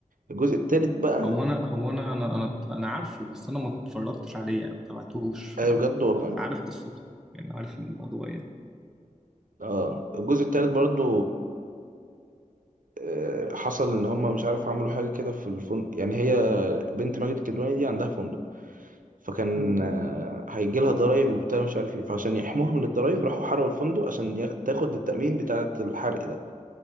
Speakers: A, on the right; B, in the centre.
A: الجزء الثالث بقى
B: هو انا هو انا انا انا انا عارفه بس انا ما اتفرجتش عليه يعني ما تابعتهوش فاهم
A: ايوه بجد والله
B: بس عارف قصته يعني عارف الموضوع يعني
A: اه الجزء الثالث برضو آه، حصل ان هم مش عارف عملوا حاجه كده في الفندق يعني هي بنت ماجد الكدواني دي عندها فندق فكان
B: مم.
A: آه، هيجي لها ضرايب وبتاع مش عارف ايه فعشان يحموها من الضرايب راحوا حرقوا الفندق عشان ياخ- تاخد التأمين بتاعة الحرق ده